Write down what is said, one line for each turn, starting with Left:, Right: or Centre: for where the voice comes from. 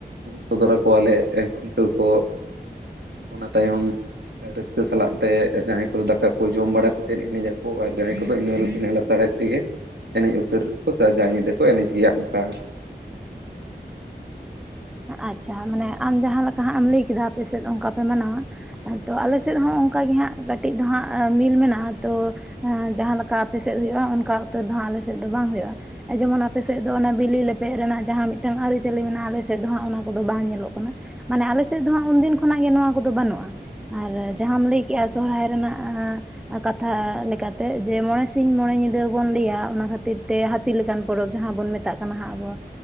Right: ᱥᱚᱫᱚᱨ ᱟᱠᱚᱣᱟ ᱞᱮ ᱠᱷᱩᱱᱴᱟᱹᱣ ᱠᱚ, ᱚᱱᱟ ᱛᱟᱭᱚᱢ ᱨᱟᱹᱥᱠᱟᱹ ᱥᱟᱞᱟᱜ ᱛᱮ ᱡᱟᱦᱟᱸᱭᱼᱼ ᱫᱟᱠᱟ ᱠᱚ ᱡᱚᱢ ᱵᱟᱲᱟ ᱠᱟᱛᱮᱫ ᱮᱱᱮᱡ ᱟᱠᱚ ᱟᱨ ᱡᱟᱦᱟᱸᱭ ᱠᱚᱫᱚ ᱤᱱᱟᱹ ᱞᱟᱥᱟᱲᱦᱮᱫ ᱛᱮᱜᱮᱼᱼ ᱮᱱᱮᱡ ᱩᱛᱟᱹᱨ ᱠᱚ ᱡᱟ ᱧᱤᱫᱟᱹ ᱠᱚ ᱮᱱᱮᱡ ᱜᱮᱭᱟ ᱚᱱᱠᱟ᱾
Centre: ᱟᱪᱪᱷᱟ ᱢᱟᱱᱮ
Right: ᱦᱮᱸ
Centre: ᱟᱢ ᱡᱟᱦᱟ ᱞᱮᱠᱟ ᱦᱟᱸᱜ ᱮᱢ ᱞᱟᱹᱭ ᱠᱮᱫᱟ ᱟᱯᱮ ᱥᱮᱫ ᱚᱱᱠᱟ ᱯᱮ ᱢᱟᱱᱟᱣᱟ᱾ ᱟᱫᱚ ᱟᱞᱮ
Right: ᱦᱮᱸ
Centre: ᱥᱮᱫ ᱦᱚᱸ ᱚᱱᱠᱟ ᱜᱮ ᱦᱟᱸᱜ ᱠᱟᱹᱴᱤᱡ ᱫᱚ ᱦᱟᱸᱜ ᱢᱤᱞ ᱢᱮᱱᱟᱜᱼᱟ ᱛᱚᱼᱼ ᱡᱟᱦᱟ ᱞᱮᱠᱟ ᱟᱯᱮ ᱥᱮᱫ ᱦᱳᱭᱳᱜᱼᱟ ᱚᱱᱠᱟ ᱩᱛᱟᱹᱨ ᱫᱚ ᱦᱟᱸᱜ ᱟᱞᱮ ᱥᱮᱫ ᱫᱚ ᱵᱟᱝ ᱦᱳᱭᱳᱜᱼᱟ᱾ ᱡᱮ ᱢᱚᱱ ᱟᱯᱮ ᱥᱮᱫ ᱫᱚ ᱚᱱᱟ ᱵᱤᱞᱤ ᱞᱮᱵᱮᱫ ᱨᱮᱱᱟᱜ ᱡᱟᱦᱟ ᱢᱤᱫ ᱴᱟᱝ ᱟᱹᱨᱤ ᱪᱟᱹᱞᱤ ᱢᱮᱱᱟᱜᱼᱟ ᱟᱞᱮᱼᱼ ᱥᱮᱫ ᱫᱚ ᱦᱟᱸᱜ ᱚᱱᱟ ᱠᱚᱫᱚ ᱵᱟᱝ ᱧᱮᱞᱚᱜ ᱠᱟᱱᱟ ᱢᱟᱱᱮ ᱟᱞᱮ ᱥᱮᱫ ᱫᱚ ᱦᱟᱸᱜ ᱩᱱ ᱫᱤᱱ ᱠᱷᱚᱱᱟᱜ ᱜᱮ ᱱᱚᱣᱟ ᱠᱚᱫᱚ ᱵᱟᱹᱱᱩᱜᱼᱟ᱾ ᱟᱨ ᱡᱟᱦᱟᱢ ᱞᱟᱹᱭ ᱠᱮᱜᱟ ᱥᱚᱦᱚᱨᱟᱭ ᱨᱮᱱᱟᱜ᱾ ᱠᱟᱛᱷᱟ ᱞᱮᱠᱟ ᱛᱮ ᱡᱮ ᱢᱚᱸᱬᱮ ᱥᱤᱧ ᱢᱚᱸᱬᱮ ᱧᱤᱫᱟᱹ ᱵᱚᱱ ᱞᱟᱹᱭ-ᱟ ᱚᱱᱟ ᱠᱷᱟᱹᱛᱤᱨ ᱛᱮᱼᱼ ᱦᱟᱹᱛᱤ ᱞᱮᱠᱟᱱ ᱯᱚᱨᱚᱵᱽ ᱡᱟᱦᱟ ᱵᱚᱱ ᱢᱮᱛᱟᱜ ᱠᱟᱱᱟ ᱦᱟᱸᱜ ᱟᱵᱚᱼᱼ